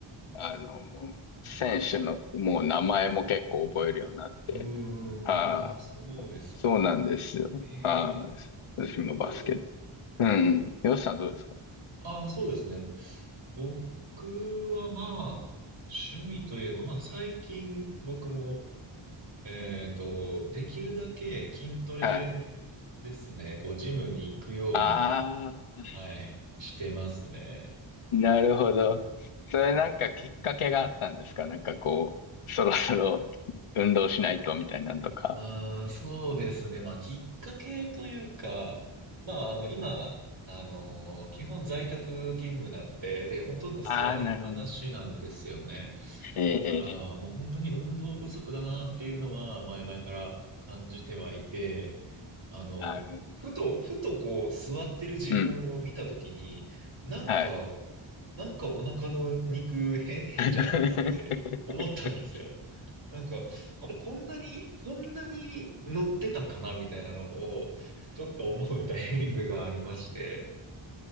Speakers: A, on the left; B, on the right.
A: あの、選手のもう名前も結構覚えるようになって。
B: うーん、
A: はい。
B: ああ、そうですか。
A: そうなんですよ。
B: え
A: はい。
B: え、
A: 私もバスケット。
B: 僕、
A: うん。よしさんどうですか
B: ああ、そうですね。僕はまあ、趣味といえば、まあ最近僕も、えっと、できるだけ筋トレですね。
A: はい。
B: こう、ジムに行くように、
A: ああ、
B: はい、してますね。
A: なるほど。それなんかきっかけがあったんですかなんかこう、そろそろ運動しないとみたいなんとか。
B: うーん、そうですね。まあ、きっかけというか、まあ、あの、今、あの、基本在宅勤務なんで、で、ほとんど座りっぱなしなんですよね。
A: ああ、なるほど。え
B: だからもう本当に運動不足だなっていうのは前々から感じてはいて、
A: え、
B: あの、
A: ある。
B: ふと、ふとこう座ってる自分を見たときに、
A: うん、
B: なんか、
A: はい。
B: なんかお腹の肉へ変じゃないかなって思ったんですよ。
A: <laughs>
B: なんか、あれ、こんなに、こんなに乗ってたかなみたいなのを、ちょっと思うタイミングがありまして。